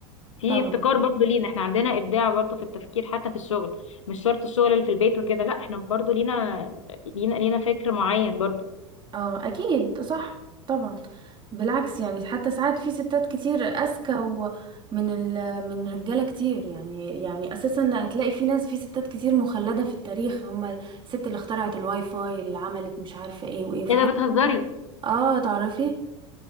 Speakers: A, on the left; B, on the right.
A: في
B: طبعا
A: ابتكار برضو لينا احنا عندنا ابداع برضو في التفكير حتى في الشغل مش شرط الشغل اللي في البيت وكده لا احنا برضو لينا لينا لينا فكر معين برضو
B: اه اكيد صح طبعا بالعكس يعني حتى ساعات في ستات كتير اذكى ومن ال من رجاله كتير يعني يعني اساسا هتلاقي في ناس في ستات كتير مخلده في التاريخ هم الست اللي اخترعت الواي فاي اللي عملت مش عارفه ايه وايه في
A: ايه
B: حاجات
A: ده بتهزري
B: كتير أوي. اه تعرفي